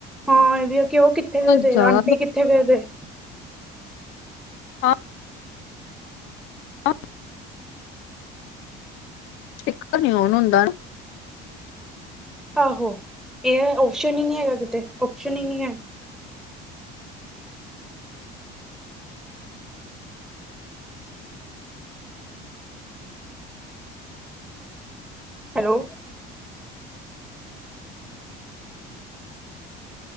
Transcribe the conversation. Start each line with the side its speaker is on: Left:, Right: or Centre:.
Centre: ਹਾਂ ਇਹਦੀ ਕਿ ਉਹ ਕਿੱਥੇ ਗਏ ਤੇ
Left: ਜ਼ਿਆਦਾ
Centre: ਆਂਟੀ ਕਿੱਥੇ ਗਏ ਤੇ
Left: ਹਾਂ, <unintelligible> ਸਪੀਕਰ ਨੀ ਓਨ ਹੁੰਦਾ ਨਾ।
Centre: ਆਹੋ ਇਹ ਔਪਸ਼ਨ ਹੀ ਨੀ ਹੈਗਾ ਕਿਤੇ ਔਪਸ਼ਨ ਹੀ ਨੀ ਹੈ ਹੈਲੋ